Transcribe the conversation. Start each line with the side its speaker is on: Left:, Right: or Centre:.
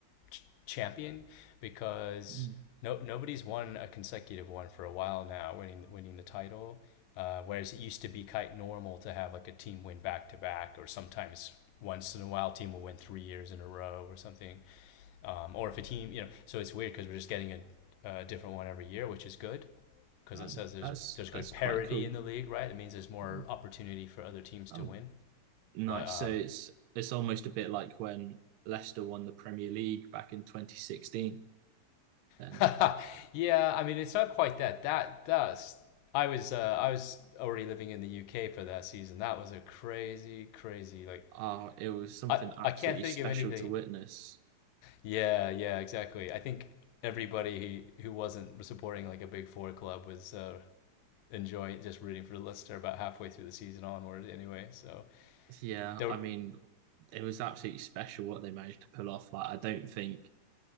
Left: ch- champion because
Right: Mm.
Left: no nobody's won a consecutive one for a while now, winning winning the title. Uh, whereas it used to be quite normal to have like a team win back to back, or sometimes once in a while team will win three years in a row or something. Um, or if a team, you know, so it's weird because we're just getting a, a different one every year, which is good because
Right: Um,
Left: it says there's
Right: that's
Left: there's good
Right: that's
Left: parity
Right: quite cool.
Left: in the league, right? It means there's more
Right: Yeah.
Left: opportunity for other teams
Right: Oh,
Left: to win.
Right: nice.
Left: But um,
Right: So it's it's almost a bit like when Leicester won the Premier League back in 2016. Then
Left: <laughs> yeah, I mean, it's not quite that. That that's I was uh, I was already living in the UK for that season. That was a crazy, crazy like
Right: Uh, it was something
Left: I
Right: absolutely
Left: I can't think
Right: special
Left: of anything.
Right: to witness.
Left: Yeah, yeah, exactly. I think everybody who who wasn't supporting like a big four club was uh, enjoying just rooting for Leicester about halfway through the season onward. Anyway, so
Right: Yeah,
Left: there.
Right: I mean, it was absolutely special what they managed to pull off. Like, I don't think